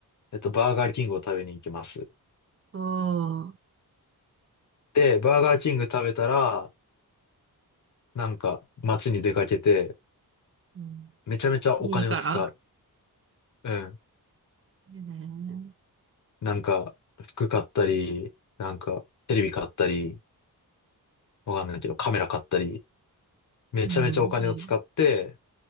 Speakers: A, on the left; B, on the right.
A: えっと、バーガーキングを食べに行きます。
B: おー。
A: で、バーガーキング食べたら、なんか、街に出かけて、
B: うん。
A: めちゃめちゃお金を使う。
B: 2時から
A: うん。
B: えー、
A: なんか、服買ったり、なんか、テレビ買ったり、わかんないけど、カメラ買ったり、めちゃめちゃお金を使って、
B: うん。いいや。